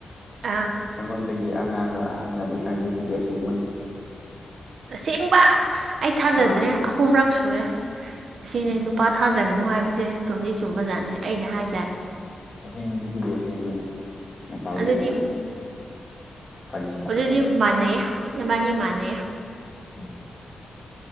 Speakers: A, on the right; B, on the left.
A: ꯑꯥ
B: ꯑꯩꯉꯣꯟꯗꯒꯤ ꯑꯉꯥꯡꯅ ꯑꯍꯟꯅꯗꯤ ꯈꯪꯗ꯭ꯦ ꯁꯤꯗꯤ ꯑꯁꯦꯡꯕꯅꯤ
A: ꯇꯁꯦꯡꯕ ꯑꯩ ꯊꯥꯖꯗ꯭ꯔꯦ
B: ꯑꯥ
A: ꯑꯍꯨꯝꯔꯛ ꯁꯨꯔꯦ ꯁꯤꯅꯦ
B: ꯎꯝ
A: ꯄꯥ ꯊꯥꯖꯒꯅꯨ ꯍꯥꯏꯕꯁꯦ ꯁꯨꯝꯗꯤ ꯆꯨꯝꯕꯖꯥꯠꯅꯦ ꯑꯩꯅ ꯍꯥꯏꯗꯦ
B: ꯑꯁꯦꯡꯕꯅꯤ ꯁꯤꯗꯤ ꯑꯁꯦꯡꯕꯅꯤ ꯉꯁꯥꯏꯒꯤꯗꯨꯅ
A: ꯑꯗꯨꯗꯤ
B: ꯐꯥꯒꯤ ꯇꯧꯕ
A: ꯑꯗꯨꯏꯗꯤ ꯃꯥꯟꯅꯩꯌꯦ ꯏꯕꯥꯅꯤ ꯃꯥꯟꯅꯩꯌꯦ
B: ꯎꯝ